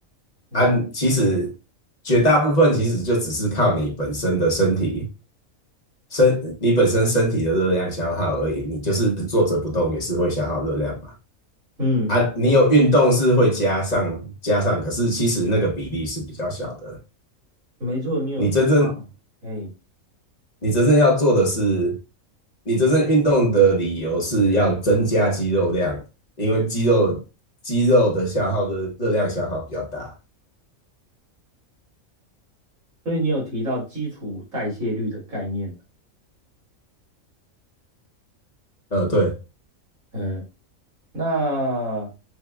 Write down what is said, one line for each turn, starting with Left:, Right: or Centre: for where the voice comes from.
Right: 嗯，
Left: 啊，其实绝大部分其实就只是靠你本身的身体身你本身身体的热量消耗而已，你就是坐着不动也是会消耗热量嘛。
Right: 嗯，
Left: 啊，你有运动是会加上加上，可是其实那个比例是比较小的。
Right: 没错，你有提到，
Left: 你真正
Right: 哎，
Left: 你真正要做的是，你真正运动的理由是要增加肌肉量，因为肌肉肌肉的消耗的热量消耗比较大。
Right: 所以你有提到基础代谢率的概念。
Left: 呃，对，
Right: 嗯，呃那